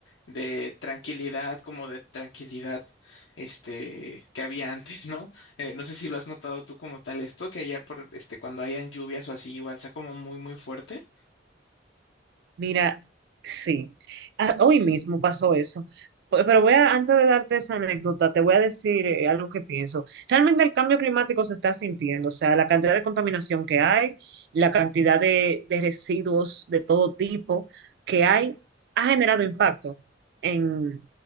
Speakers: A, on the left; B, on the right.
A: de tranquilidad, como de tranquilidad, este, que había <laughs> antes, ¿no? Eh, no sé si lo has notado tú como tal esto, que allá por, este, cuando hayan lluvias o así, igual sea como muy, muy fuerte.
B: Mira, sí. Ah, hoy mismo pasó eso. Pe- Pero voy a, antes de darte esa anécdota, te voy a decir eh, algo que pienso. Realmente el cambio climático se está sintiendo, o sea, la cantidad de contaminación que hay, la cantidad de, de residuos de todo tipo que hay, ha generado impacto en,